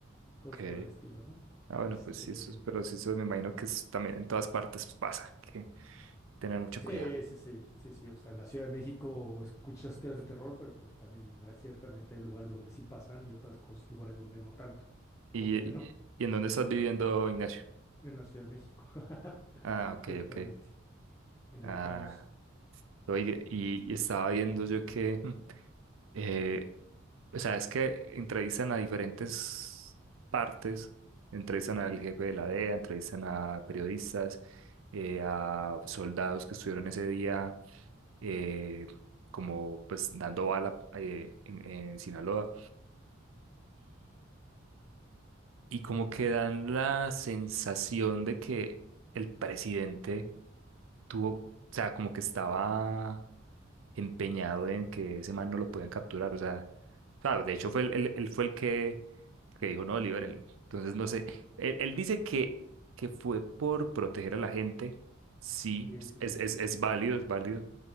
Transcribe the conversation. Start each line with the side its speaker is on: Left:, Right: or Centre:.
Left: cosas
Right: ok.
Left: por el estilo, ¿no?
Right: Ah, bueno,
Left: Este,
Right: pues sí, eso, es- pero
Left: pues,
Right: sí, eso me imagino que es- también en todas partes pues, pasa, que tener mucho
Left: Sí,
Right: cuidado.
Left: sí, sí, sí, sí. O sea, en la Ciudad de México escuchas teorías de terror, pero pues también hay- ciertamente hay lugares donde sí pasan y otras cosas, lugares donde no tanto,
Right: ¿Y,
Left: o donde
Right: y,
Left: no,
Right: y en dónde estás viviendo, Ignacio?
Left: en la Ciudad de México, <laughs>
Right: Ah, ok,
Left: justamente,
Right: ok.
Left: en el
Right: Ah,
Left: caos.
Right: oye, y, y estaba viendo yo que, <laughs> mm, eh, o sea, es que entrevistan a diferentes partes, entrevistan
Left: Ujú.
Right: al jefe de la DEA, entrevistan a periodistas, eh, a soldados que estuvieron ese día, eh, como pues dando bala eh, en en Sinaloa. y como que dan la sensación de que el presidente tuvo, o sea, como que estaba empeñado en que ese man no lo podían capturar, o sea, claro, de hecho fue el- el- él, fue el que, que dijo, no, libérenlo. Entonces, no sé, él, él dice que, que fue por proteger a la gente, sí,
Left: Sí, sí,
Right: es,
Left: sí.
Right: es, es válido, es válido,